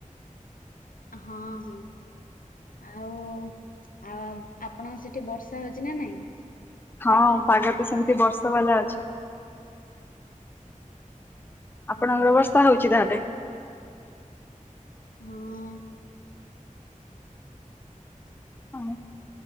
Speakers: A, on the left (about 85°); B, on the left (about 15°).
A: ହଁ ହଁ। ଆଉ ଆଉ ଆପଣଙ୍କ ସେଠି ବର୍ଷା ହଉଛି ନା ନାଇଁ?
B: ହଁ ପାଗ ତ ସେମିତି ବର୍ଷା ବାଲା ଅଛି। ଆପଣଙ୍କର
A: ଓହୋ
B: ବର୍ଷା ହଉଛି ତାହେଲେ?
A: ହଁ।
B: ହଁ